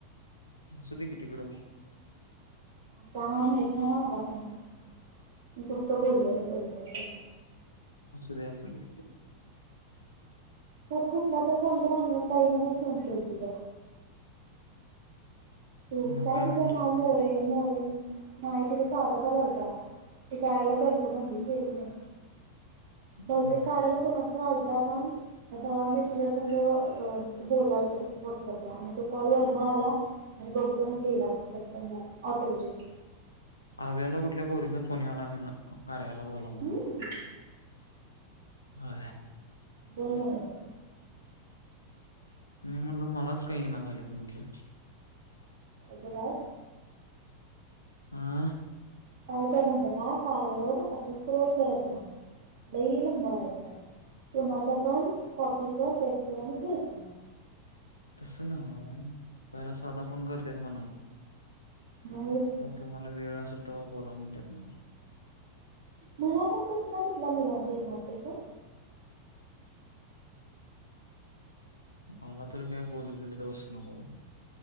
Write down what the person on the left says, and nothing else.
असुदे की तिकडं मग
असले अस असले
मग
म्हणलीस
तू
हम्म.
आव्याला कुठल्या पोरीचा फोन याला क्यायला बोला म्हण
हो
मी म्हणटल मलाच काही ना झाल्यात म्हणलं
हा
तस नव पहिला साधा फोन करतेेत मला
मग तुम्हाला वेळ असेल तरव्हा बोला म्हणतात मला
मला तोरी काय बोल तुली द बस्त नक